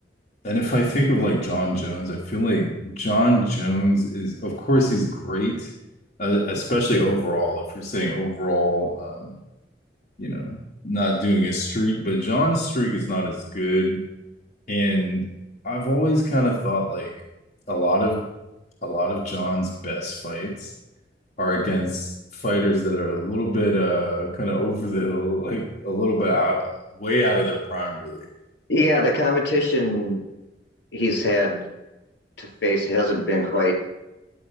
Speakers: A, on the left (about 45°); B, on the left (about 70°).
A: and if I think of like John Jones, I feel like John Jones is, of course, he's great, uh, especially overall. If you're saying overall, um you know, not doing his streak, but John's streak is not as good. And I've always kind of thought like a lot of a lot of John's best fights are against fighters that are a little bit uh kind of over the hill, <laughs> like a little bit out way out of their prime, really.
B: Yeah, the competition he's had to face hasn't been quite